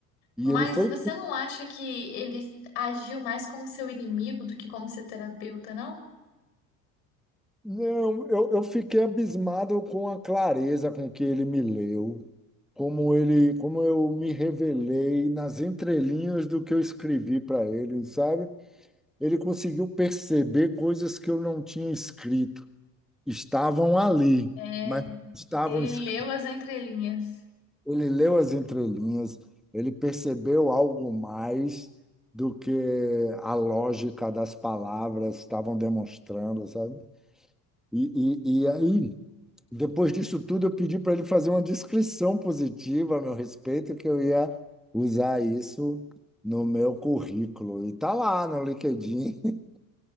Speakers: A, in the centre; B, on the left (about 80°).
A: E
B: Mas
A: ele foi
B: você não acha que ele agiu mais como seu inimigo do que como seu terapeuta, não?
A: Não, eu, eu fiquei abismado com a clareza com que ele me leu, como ele, como eu me revelei nas entrelinhas do que eu escrevi para ele, sabe? Ele conseguiu perceber coisas que eu não tinha escrito. Estavam ali,
B: É,
A: mas estavam,
B: ele
A: es-
B: leu as entrelinhas.
A: ele leu as entrelinhas, ele percebeu algo mais do que a lógica das palavras estavam demonstrando, sabe? E, e, e aí, depois disso tudo, eu pedi para ele fazer uma descrição positiva a meu respeito, que eu ia usar isso no meu currículo. E tá lá no LinkedIn. <laughs>